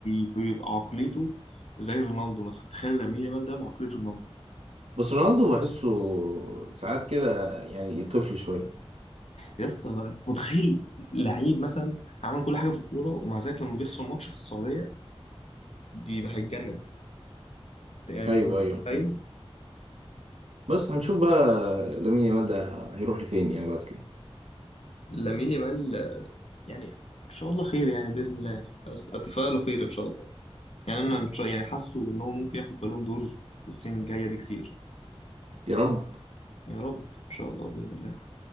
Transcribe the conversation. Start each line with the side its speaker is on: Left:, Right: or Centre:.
Left: بيبقى عقليته زي رونالدو مثلا تخيل لامين يامال ده بعقلية رونالدو
Right: بس رونالدو بحسه ساعات كده يعني طفل شوية
Left: يا اسطى انت متخيل لعيب مثلا عمل كل حاجه في الكوره ومع ذلك لما بيخسر ماتش في السعوديه بيبقى هيتجنن يعني انت
Right: أيوه
Left: أنت
Right: أيوه
Left: متخيل
Right: أيوه بس هنشوف بقى لامين يامال ده هيروح لفين يعني بعد كده
Left: لامين يامال يعني ان شاء الله خير يعني باذن الله أس- اتفائله خير ان شاء الله يعني انا إن شاء يعني حاسه ان هو ممكن ياخد بالون دور السنين الجايه دي كتير
Right: يا رب
Left: يا رب ان شاء الله باذن الله